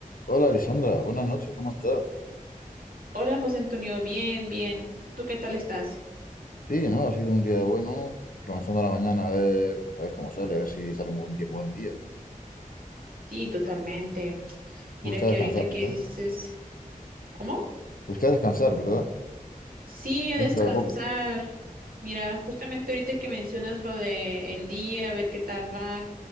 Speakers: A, on the left (about 75°); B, on the right (about 90°).
A: Hola Alessandra, buenas noches, ¿cómo estás?
B: Hola, José Antonio, bien, bien. ¿Tú qué tal estás?
A: Sí, ¿no? Ha sido un día bueno, y comenzando la mañana a ver, a ver cómo sale, a ver si sale un buen día, buen día.
B: Sí, totalmente.
A: Busca
B: Mira que
A: descansar,
B: ahorita que
A: ¿verdad?
B: dices, ¿cómo?
A: ¿Usted a descansar, ¿verdad?
B: Sí, a
A: Dentro
B: descansar.
A: de poco.
B: Mira, justamente ahorita que mencionas lo de el día, a ver qué tal va.